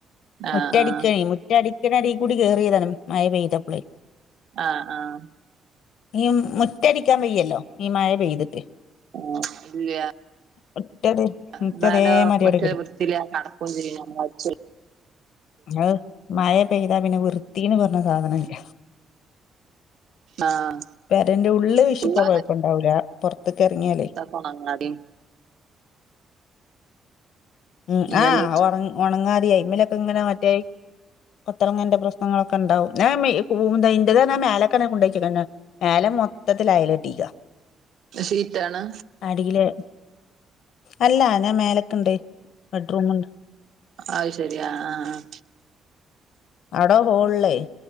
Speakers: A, on the right (about 65°); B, on the left (about 75°).
A: ആഹ്
B: മുറ്റടിക്കണി
A: ആഹ്
B: മുറ്റടിക്കണടിയിൽ കൂടി കേറിയതാണ് മഴ പെയ്തപ്പളേ
A: ആഹ് ആഹ്
B: ഈ മുറ്റടിക്കാൻ വയ്യല്ലോ ഈ മഴ പെയ്തിട്ട്
A: ആ ഇല്ല
B: മുറ്റത്
A: എന്നാലൊ
B: മുറ്റതേമാതിരി
A: മുറ്റൊരു
B: അവിടെ കെടക്കും
A: വൃത്തിയില്ലതെ നടക്കതുംചെയ്യും <unintelligible>
B: അത് മയ പെയ്താ പിന്നെ വൃത്തീന്ന് പറഞ്ഞ സാധനില്ല.
A: ആഹ്
B: പെരേന്റെ ഉള്ളില് വിഷിപ്പ
A: ഫുള്ള്
B: കൊഴപ്പണ്ടാവൂല്ല പൊറത്തേക്കിറങ്ങില്.
A: ഓണങ്ങാതിൻ ഇനി
B: ഉം ആ
A: എന്താ
B: ഒറ ഒണങ്ങാതെയായി ഇതുമേലൊക്കെ ഇങ്ങനെ മറ്റേ പൊത്തറങ്ങെന്റെ പ്രശ്നങ്ങളൊക്കെണ്ടാവും ഞാ മേ കു ഇന്റതാ മേലക്കെ കൊണ്ടെകലന്നെ മേലെ മൊത്തത്തിലയല് കെട്ടിക്കയാ
A: ഷീറ്റാണ്
B: അടില് അല്ല ഞാൻ മേലക്കിണ്ട് ബെഡ്റൂമുണ്ട്.
A: അതുശരി ആഹ് ആഹ് ആഹ്
B: അടോ ഹോളിലെ